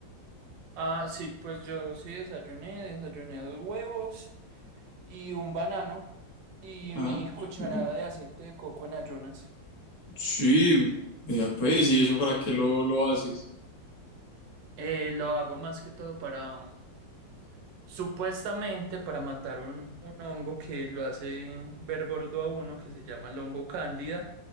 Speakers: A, on the right; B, on the left.
A: Ah, sí, pues yo sí desayuné, desayuné dos huevos y un banano y
B: Ah,
A: mi cucharada
B: súper bien.
A: de aceite de coco en ayunas.
B: Sí, vea pues, ¿y eso para qué lo, lo haces?
A: Eh, lo hago más que todo para Supuestamente para matar un, un hongo que lo hace ver gordo a uno, que se llama el hongo cándida,